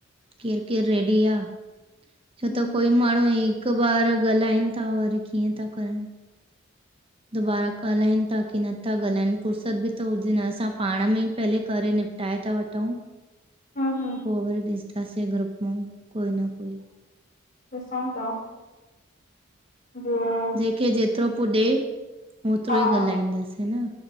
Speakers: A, on the right (about 25°); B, on the left (about 40°).
A: केरि -केरि रेडी आ छो
B: हम्म
A: त कोई मा माण्हूं हिकु बार ॻाल्हाइनि ता वरी कीअं ता करन दुबारा ॻाल्हाइनि ता की नथा ॻाल्हाइनि फुर्सत बि त हुजे न असां पाण में ई पहले करे निप टॉइ था वठूं।
B: ह। हा।
A: पोइ वरी ॾिसंदासीं ग्रुप मां कोई न कोई।
B: डिस्सो ता। उ <inaudible>
A: जेंखे जेतरो पुॾे, ओतिरो
B: हा
A: ई
B: हा
A: ॻाल्हाईंदासीं न।